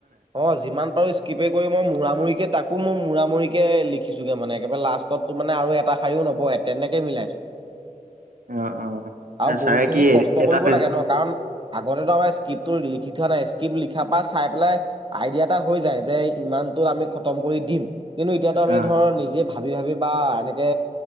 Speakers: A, on the right; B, on the right.
A: অ যিমান পাৰো স্কিপে কৰি মই মূৰা-মুৰি কে তাক কো মোৰ মূৰা মূৰিকে লিখিছোগে মানে, একেবাৰে লাষ্টতো মানে আৰু এটা শাৰীও নবহে, তেনেকে মিলাইছো।
B: অ অ
A: আৰু বহুতখিনি
B: ছাৰে কি
A: কষ্ট
B: এটা
A: কৰিব
B: পেজ
A: লাগে ন, কাৰণ আগতেতো আমাৰ স্কিপ তোৰ লিখি থোৱা নাই, স্কিপ লিখা পা চাই পেলাই আইডিয়া এটা হৈ যায় যে, ইমানতো আমি খতম কৰি দিম, কিন্তু এতিয়াতো আমি
B: অ
A: ধৰ নিজে ভাবি ভাবি বা এনেকে